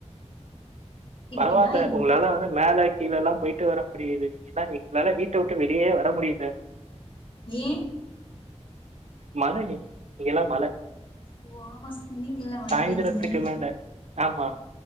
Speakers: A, on the left; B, on the right.
A: இப்டிதா
B: பரவால்ல
A: இன்
B: உங்களால <unintelligible> மேல கீழல்லா போயிட்டு வர முடியிது <unintelligible> எங்களால வீட் டவிட்டு வெளியே வர முடியல
A: ஏன்
B: மழ இன்னிக் இங்கல்லா மழ
A: ஓ ஆமா சொன்னிங்கல்ல மழ
B: சாயந்திரத்துக்கு
A: பெய்யுதுனு
B: மேல ஆமா